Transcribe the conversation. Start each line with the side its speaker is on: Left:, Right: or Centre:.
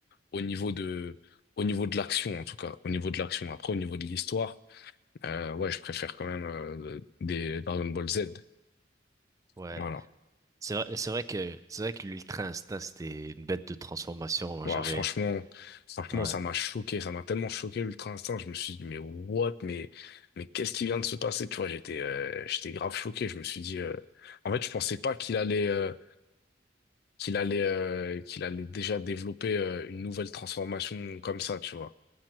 Left: au niveau de au niveau de l'action en tout cas, au niveau de l'action. Après au niveau de l'histoire, euh, ouais, je préfère quand même euh, des Dragon Ball Z.
Right: ouais.
Left: Voilà.
Right: C'est vrai, c'est vrai que c'est vrai que l'Ultra Instinct c'était une bête de transformation.
Left: Ouah,
Right: J'avais,
Left: franchement, franchement,
Right: ouais,
Left: ça m'a choqué, ça m'a tellement choqué l'Ultra Instinct. Je me suis dit, mais what, mais, mais qu'est-ce qui vient de se passer? Tu vois, j'étais, euh, j'étais grave choqué. Je me suis dit, euh, en fait, je pensais pas qu'il allait, euh, qu'il allait, euh, qu'il allait déjà développer euh, une nouvelle transformation comme ça, tu vois.